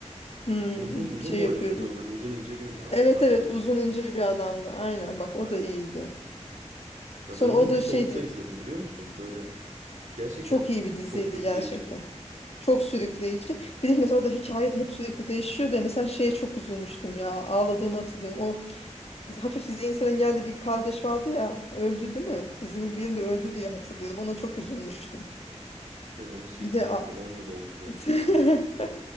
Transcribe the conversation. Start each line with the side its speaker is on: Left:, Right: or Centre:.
Left: Hmm,
Right: Uzun uzun
Left: şey
Right: boylu
Left: yapıyordu.
Right: muydu o böyle uzun ince bir a-
Left: Evet
Right: arkadaş
Left: evet uzun
Right: mıydı?
Left: ince bir adamdı. Aynen
Right: Heh,
Left: bak
Right: aynen.
Left: o da iyiydi.
Right: Ya
Left: Sonra
Right: ben onu
Left: o da
Right: bir solukta
Left: şeydi
Right: izledim biliyor musun? Böyle gerçekten
Left: çok iyi bir diziydi
Right: çok sürükleyici.
Left: gerçekten. Çok sürükleyici. Bir de mesela o da hikaye de hep sürekli değişiyor da mesela şeye çok üzülmüştüm ya. Ağladığımı hatırlıyorum. O hafif zihinsel engelli bir kardeş vardı ya. Öldü değil mi? Dizinin birinde öldü diye hatırlıyorum. Ona çok üzülmüştüm.
Right: Ben onu silmişim.
Left: Bir de a-
Right: Bir 10 yıl oldu ben
Left: <laughs>
Right: izleyeli de.